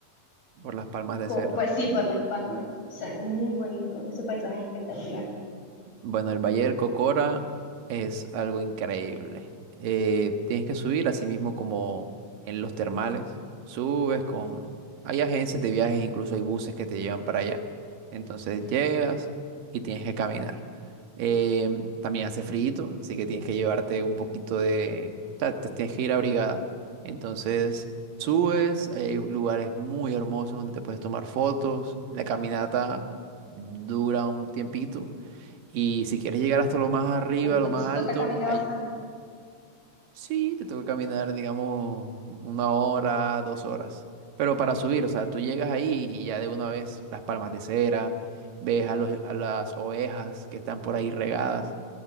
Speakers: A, on the right; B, on the left.
A: por las Palmas de
B: co-
A: Cera.
B: pues sí, por Las Palmas. O sea, es muy bonito, ese paisaje es espectacular.
A: Bueno, el Valle del Cocora es algo increíble. Eh, tienes que subir, así mismo como en los termales. Subes con... Hay agencias de viajes, incluso hay buses que te llevan para allá. Entonces llegas y tienes que caminar. Em, también hace frío, así que tienes que llevarte un poquito de... o sea, te tienes que ir abrigada. Entonces subes, hay lugares muy hermosos donde te puedes tomar fotos. La caminata dura un tiempito y si quieres llegar hasta lo más arriba,
B: Uf,
A: lo
B: entonces
A: más alto,
B: toca caminar
A: ahí
B: bastante.
A: sí te toca caminar, digamos, una hora, dos horas. Pero para subir, o sea, tú llegas ahí y ya de una vez las palmas de cera, ves a los, a las ovejas que están por ahí regadas,